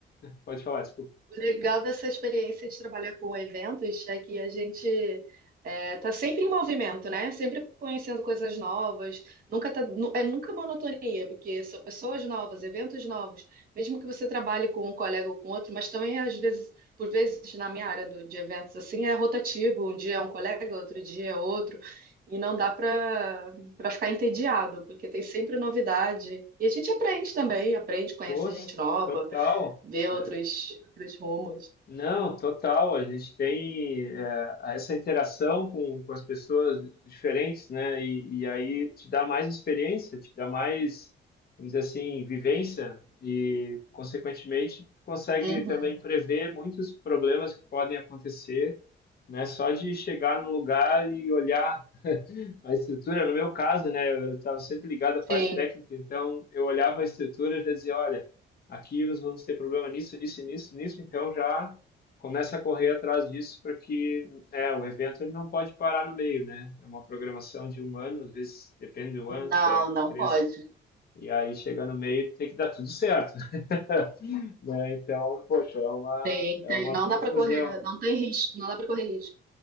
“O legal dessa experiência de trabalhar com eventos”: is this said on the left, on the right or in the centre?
Right